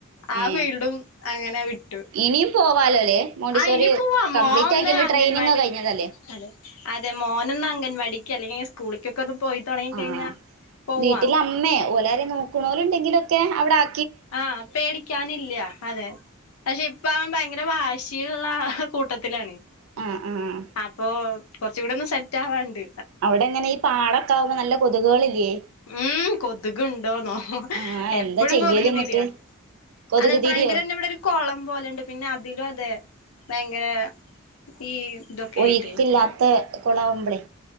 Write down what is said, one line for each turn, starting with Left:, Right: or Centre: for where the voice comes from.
Left: ആ
Right: ഏ
Left: ഫീൽഡും അങ്ങനെ വിട്ടു
Right: ഇനിയും പോവാലോല്ലേ? മോണ്ടിസോറി
Left: ആഹ് ഇനി പോവാ
Right: കംപ്ലീറ്റ്
Left: മോൻ ഒന്ന്
Right: ആക്കിയന്റെ
Left: അംഗൻവാടി
Right: ട്രെയിനിങ് കഴിഞ്ഞതല്ലേ
Left: അതെ അതെ മോനൊന്ന് അംഗൻവാടിക്ക് അല്ലെങ്കില് സ്കൂളിക്കൊക്കെ ഒന്ന് പോയി തുടങ്ങി കഴിഞ്ഞാ
Right: ആഹ്
Left: പോവാം
Right: വീട്ടില് അമ്മേ ഓലാരേം നോക്കണോല്ണ്ടെങ്കിലൊക്കെ അവിടെ ആ
Left: ആഹ് പേടിക്കാനില്ല അതെ പക്ഷെ ഇപ്പൊ അവൻ ഭയങ്കര ഭയങ്കര വാശിയ്ള്ള കൂട്ടത്തിലാണ്
Right: ഉം ഉം
Left: അപ്പൊ കൊറച്ചൂടൊന്ന് സെറ്റാവാണ്ട്
Right: അവിടെങ്ങനെ ഈ പാടൊക്കെ ആവുമ്പോ നല്ല കൊതുകുകളില്ലേ?
Left: ഉം കൊതുക് ഇണ്ടോന്നോ
Right: ആ
Left: എപ്പഴും
Right: എന്താ ചെയ്യല്
Left: കൊതുക്
Right: എന്നിട്ട്
Left: തിരിയാ
Right: കൊതുക്
Left: അതെ ഫ്രണ്ടിലന്നെ
Right: തിരിയോ
Left: ഇവടൊരു കൊളം പോലെണ്ട് പിന്നെ അതിലും അതെ ഭയങ്കര ഈ ഇതൊക്കെ
Right: ഒഴിക്കില്ലാത്ത
Left: ആയിട്ട്
Right: കൊളാവുമ്പളേ